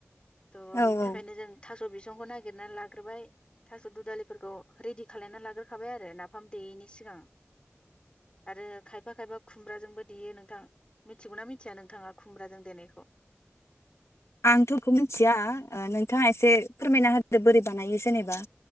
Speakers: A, on the left; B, on the left.
A: थ'
B: औ
A: बिनि
B: औ
A: थाखायनो जों थास' बिसं बिसंखौ नागिरना लाग्रोबाय थास' दु दालिफोरखौ रेडि खालामलायना लाग्रोखाबाय आरो नाफाम देयैनि सिगां आरो खायफा खायफा खुमब्राजोंबो देयो नोंथां मिथिगौना मिथिया नोंथाङा खुमब्राजों देनायखौ
B: आंथ' बेखौ मिथिया ओ नोंथाङा एसे फोरमायना होदो बोरै बानायो जेनेबा